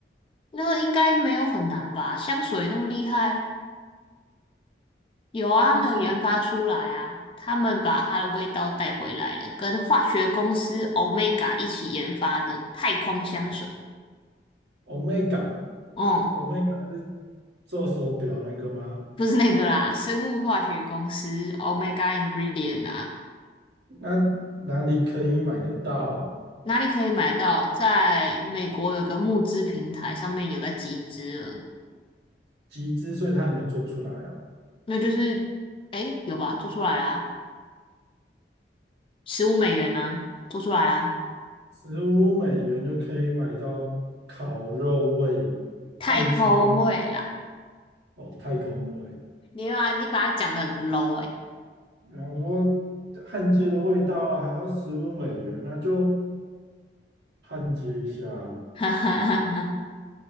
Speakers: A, on the left; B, on the right.
A: 那个应该没有很难吧？香水那么厉害。有啊，
B: 香水。
A: 他们有研发出来啊，他们把它的味道带回来了，跟化学公司 Omega 一起研发的太空香水。
B: Omega，Omega
A: 哦、
B: 是做手表那个吗？
A: 不是那个啦，生物化学公司 Omega Ingredient 啊，
B: 那哪里可以买得到啊？
A: 哪里可以买到？在美国有个募资平台上面有在集资了，
B: 集资，所以它还没做出来哦。
A: 那就是，诶，有吧？做出来啦，十五美元啊，做出来啊，
B: 十五美元就可以买到烤肉味、
A: 太空味啦，
B: 焊接的哦，太空味。
A: 你把你把它讲的很 low 诶、
B: 然后说焊接的味道啊还要十五美元，那就焊接一下啊
A: <laughs> 哈哈哈哈。<laughs>